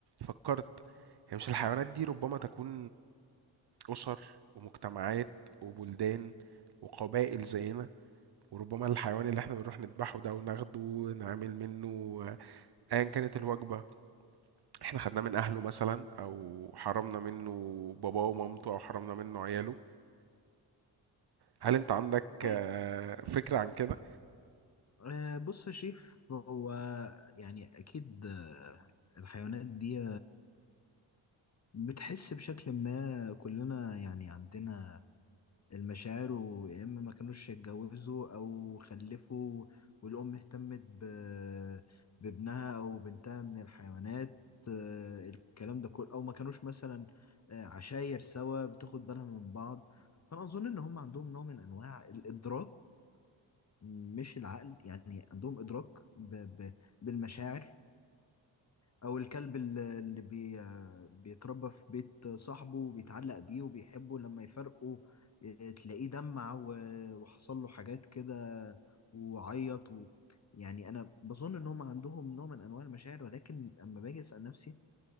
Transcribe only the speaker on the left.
طيب
آه، بص يا شريف هو يعني أكيد آه، الحيوانات دي بتحس بشكل ما كلنا يعني عندنا المشاعر ويا إما ما كانوش يتجوزوا أو خلفوا والأم اهتمت ب- بابنها أو بنتها من الحيوانات آه، الكلام ده كله أو ما كانوش مثلا آه، عشاير سوا بتاخد بالها من بعض فأنا أظن إن هم عندهم نوع من أنواع الإدراك مش العقل يعني عندهم إدراك ب... ب... بالمشاعر أو الكلب ال- اللي بي... بيتربى في بيت صاحبه وبيتعلق بيه وبيحبه لما يفرقوا اه، تلاقيه دمع و... وحصل له حاجات كده وعيط و... يعني أنا بظن إن هم عندهم نوع من أنواع المشاعر ولكن أما باجي أسأل نفسي